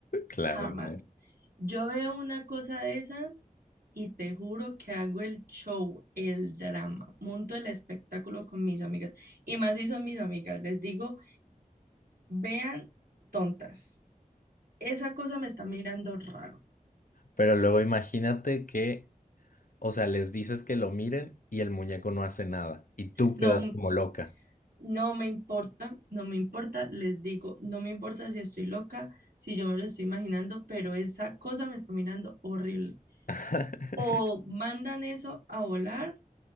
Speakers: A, on the left (about 65°); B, on the right (about 80°).
A: Claro,
B: Jamás.
A: claro.
B: Yo veo una cosa de esas y te juro que hago el show, el drama, monto el espectáculo con mis amigas. Y más si son mis amigas, les digo, vean tontas, esa cosa me está mirando raro.
A: Pero luego imagínate que, o sea, les dices que lo miren y el muñeco no hace nada y tú
B: No,
A: quedas
B: m-
A: como loca.
B: no me importa, no me importa, les digo, no me importa si estoy loca, si yo me lo estoy imaginando, pero esa cosa me está mirando horrible.
A: <laughs>
B: O mandan eso a volar